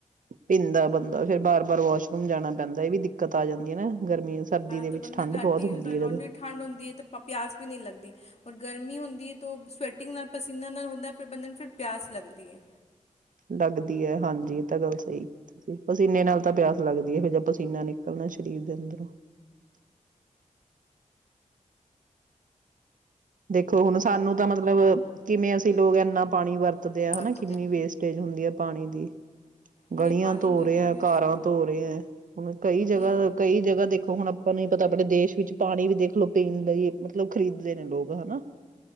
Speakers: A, on the right; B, on the left.
A: ਪੀਂਦਾ ਬੰਦਾ ਫਿਰ ਬਾਰ ਬਾਰ ਵਾਸ਼ਰੂਮ ਜਾਣਾ ਪੈਂਦਾ ਇਹ ਵੀ ਦਿੱਕਤ ਆ ਜਾਂਦੀ ਹੈ ਨਾ ਗਰਮੀ ਸਰਦੀ
B: ਹਾਂ
A: ਦੇ ਵਿੱਚ
B: ਤਾਂ ਬੰਦਾ
A: ਠੰਡ
B: ਘੱਟ
A: ਬਹੁਤ
B: ਹੀ
A: ਹੁੰਦੀ
B: ਯੂਜ ਕਰਦਾ
A: ਹੈ ਜਦ
B: ਜਿੜੀ ਠੰਢ ਹੁੰਦੀ ਹੈ ਤੇ ਪਿਆਸ ਵੀ ਨਹੀਂ ਲੱਗਦੀ ਔਰ ਗਰਮੀ ਹੁੰਦੀ ਤ ਸਵੈਟਿੰਗ ਨਾਲ ਪਸੀਨਾ ਨਾਲ ਹੁੰਦਾ ਫਿਰ ਬੰਦੇ ਨੂੰ ਫਿਰ ਪਿਆਸ ਲੱਗਦੀ ਹੈ
A: ਲੱਗਦੀ ਹੈ ਹਾਂਜੀ ਇਹ ਤਾਂ ਗੱਲ ਸਹੀ ਪਸੀਨੇ ਨਾਲ ਤਾਂ ਪਿਆਸ ਲੱਗਦੀ ਹੈ ਫ ਜ ਪਸੀਨਾ ਨਿਕਲਣਾ ਸਰੀਰ ਦੇ ਅੰਦਰੋਂ ਦੇਖੋ ਹੁਣ ਸਾਨੂੰ ਤਾਂ ਮਤਲਬ ਕਿਵੇਂ ਅਸੀਂ ਲੋਕ ਇੰਨਾ ਪਾਣੀ ਵਰਤ
B: ਨਹੀਂ
A: ਆ
B: ਵਰਤਦੇ
A: ਹਨਾ ਕਿੰਨੀ ਵੇਸਟ ਹੋਈ ਹੁੰਦੀ ਹੈ ਪਾਣੀ ਦੀ
B: ਨਹੀਂ
A: ਗਲੀਆਂ
B: ਪਾਣੀ
A: ਧੋ
B: ਨੂੰ ਤਾਂ
A: ਰਹੇ
B: ਇੱਕਦਮ
A: ਹੈ
B: ਵੇਸਟ
A: ਕਾਰਾਂ
B: ਨਹੀਂ
A: ਧੋ ਰਹੇ ਹੈ ਹੁਣ ਕਈ ਜਗ੍ਹਾ
B: ਹੂੰ
A: ਕਈ ਜਗ੍ਹਾ ਦੇਖੋ ਹੁਣ ਆਪਾਂ ਨੂੰ ਪਤਾ ਆਪਣੇ ਦੇਸ਼ ਵਿੱਚ ਪਾਣੀ ਵੀ ਦੇਖ ਲਓ ਪੀਣ ਲਈ ਮਤਲਬ ਖਰੀਦਦੇ ਨੇ ਲੋਕ ਹਨਾ